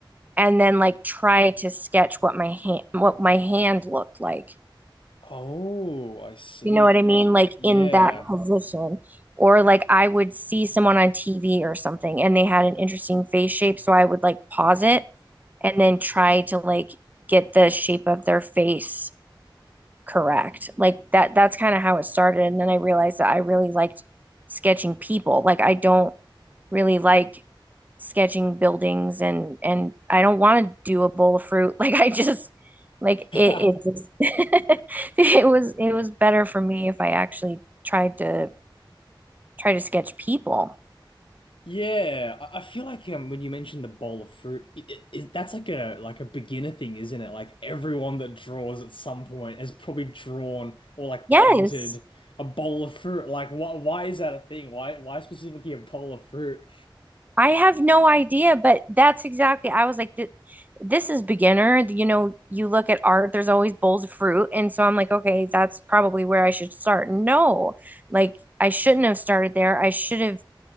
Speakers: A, on the right; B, on the left.
A: and then like try to sketch what my hand what my hand looked like.
B: Oh, I see.
A: You know what I mean? Like
B: Yeah.
A: in that position. Or like I would see someone on TV or something and they had an interesting face shape. So I would like pause it and then try to like get the shape of their face correct. Like that that's kind of how it started. And then I realized that I really liked sketching people. Like I don't really like sketching buildings and and I don't want to do a bowl of fruit. <laughs> Like I just like
B: <laughs>
A: it it just <laughs> it was it was better for me if I actually tried to try to sketch people.
B: Yeah, I I feel like um, when you mentioned the bowl of fruit, i i that's like a like a beginner thing, isn't it? Like everyone that draws at some point has probably drawn or like painted
A: Yes.
B: a bowl of fruit. Like, why why is that a thing? Why why specifically a bowl of fruit?
A: I have no idea, but that's exactly I was like th- this is beginner. You know, you look at art, there's always bowls of fruit. And so I'm like, okay, that's probably where I should start. No, like I shouldn't have started there. I should have